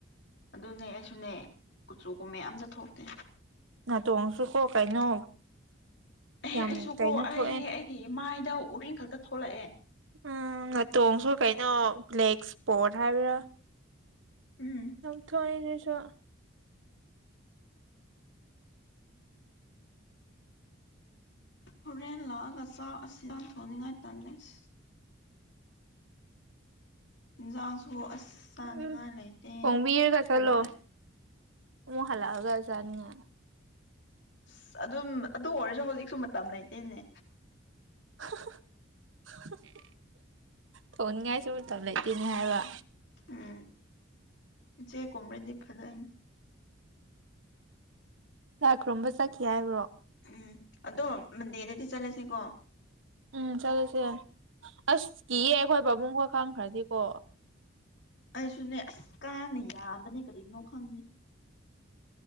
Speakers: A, on the left; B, on the right.
A: ꯑꯗꯨꯅꯦ ꯑꯩꯁꯨꯅꯦ ꯀꯨꯆꯨ ꯀꯨꯃꯦꯟ ꯑꯝꯇ ꯊꯣꯛꯇꯦ
B: ꯅꯥꯇꯣꯟꯁꯨ ꯀꯣ ꯀꯩꯅꯣ
A: ꯑꯦ
B: ꯌꯥꯝ
A: ꯑꯩꯁꯨꯀꯣ
B: ꯀꯩꯅꯣ
A: ꯑꯩ
B: ꯊꯣꯛꯑꯦ
A: ꯑꯩꯒꯤ ꯏꯃꯥꯏꯗ ꯎꯔꯤꯡ ꯈꯛꯇ ꯊꯣꯛꯂꯛꯑꯦ
B: ꯎꯝ ꯅꯇꯣꯡꯁꯨ ꯀꯩꯅꯣ ꯕ꯭ꯂꯦꯛꯁ ꯄꯣꯔ ꯍꯥꯏꯕ꯭ꯔꯥ
A: ꯎꯝ
B: ꯗꯨꯝ ꯊꯣꯛꯑꯦ ꯑꯗꯨꯁꯨ
A: ꯍꯣꯔꯦꯟ ꯂꯥꯛꯑꯒ ꯆꯥꯛ ꯑꯁꯤ <unintelligible> ꯊꯣꯛꯅꯤꯡꯉꯥꯏ ꯇꯜꯂꯦ ꯑꯁ ꯏꯟꯖꯥꯡ ꯁꯨ ꯑꯁ ꯆꯥꯅꯤꯡꯉꯥꯏ
B: ꯎꯝ
A: ꯂꯩꯇꯦ
B: ꯊꯣꯡꯕꯤꯔꯒ ꯆꯠꯂꯣ
A: ꯍꯋꯥꯏ
B: ꯑꯃꯨꯛ ꯍꯜꯂꯛꯑꯒ ꯆꯥꯅꯤꯡ ꯉꯥꯏ
A: ꯑꯁ ꯑꯗꯨꯝ ꯑꯗꯨ ꯑꯣꯏꯔꯁꯨ ꯍꯧꯖꯤꯛꯁꯨ ꯃꯇꯝ ꯂꯩꯇꯦꯅꯦ
B: <inaudible> ꯊꯣꯡꯅꯤꯡ ꯉꯥꯏꯁꯨ ꯃꯇꯝ ꯂꯩꯇꯦꯅꯦ ꯍꯥꯏꯕ
A: ꯎꯝ ꯎꯆꯦꯛ ꯀꯨꯝꯔꯗꯤ ꯐꯗꯣꯏꯅꯤ
B: ꯂꯥꯏ ꯈꯨꯔꯨꯝꯕ ꯆꯠꯈꯤ ꯍꯥꯏꯕ꯭ꯔꯣ
A: ꯎꯝ ꯑꯗꯣ ꯃꯟꯗꯦꯗꯗꯤ ꯆꯠꯂꯁꯤ ꯀꯣ
B: ꯎꯝ ꯆꯠꯂꯨꯁꯦ ꯑꯁ ꯀꯤꯌꯦ ꯑꯩꯈꯣꯏ ꯄꯥꯕꯨꯡ ꯈꯣꯏ ꯈꯪꯈ꯭ꯔꯗꯤ ꯀꯣ
A: ꯑꯩꯁꯨꯅꯦ ꯑꯁ ꯀꯥꯡꯅ ꯌꯥꯝꯕꯅꯦ ꯀꯔꯤꯅꯣ ꯈꯪꯗꯦ